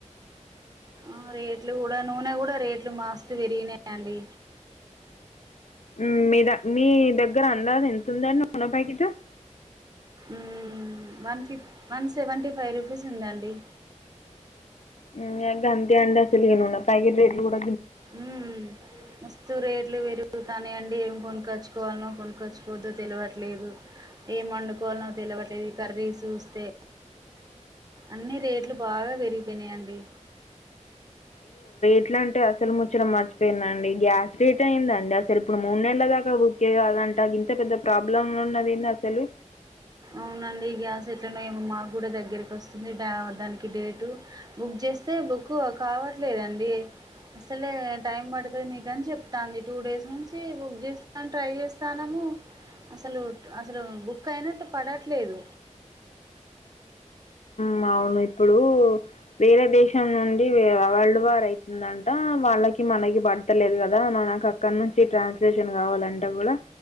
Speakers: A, on the right; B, on the left.
A: ఆ రేట్లు కూడ నూనె కూడ రేట్లు మస్త్ పెరిగినాయండి.
B: మ్మ్ మీ ద, మీ దగ్గర అందాజు ఎంత ఉందండి నూనె ప్యాకిటు
A: మ్ వన్ ఫిఫ్, వన్ సెవెంటీ ఫైవ్ రూపీస్ ఉందండి.
B: మ్మ్ అదే అంటి అంతా, సెనిగ నూనె పాకెట్ రేట్లు గూడ
A: మ్ మస్తు రేట్లు పెరుగుతానే ఉంటె, ఏం కొనుక్కచ్చు కోవాలనో, కొనుక్కొచ్చుకొవద్దో తెలువట్లేదు. ఏ వండుకోవాలనో తెలవట్లేదు ఈ కర్రీ చూస్తే. అన్ని రేట్లు బాగ పెరిగిపోయినాయండి.
B: అట్లంటే, అసలు ముచ్చట మర్చిపోయిందండి. గ్యాస్ రేట్ ఏందండి, అసలు ఇప్పుడు మూడు నెలల దాకా బుక్ చేయాలన్ అంట గింత పెద్ద ప్రాబ్లం ఉన్నది ఏంటి అసలు?
A: అవునండి. గ్యాస్ ఎట్లనో ఏమ్ మాకు కూడ దగ్గరికి వస్తుంది డా దానికి డేటు. బుక్ చేస్తే బుక్ కావట్లేదన్ డి. అసలే టైం పడతది మీకని చెప్తాంది టూ డేస్ నుంచి బుక్ చేస్ అని ట్రై చేస్తానము. అసలు, అసలు బుక్ అయినట్టు పడట్లేదు.
B: మ్ అవును. ఇప్పుడు వేరే దేశం నుండి వరల్డ్ వార్ అయితుందంట. వాళ్ళకి మనకి పడతలేదు కదా! మనకు అక్కడ నుంచి ట్రాన్స్లేషన్ కావాలంటే కూడా,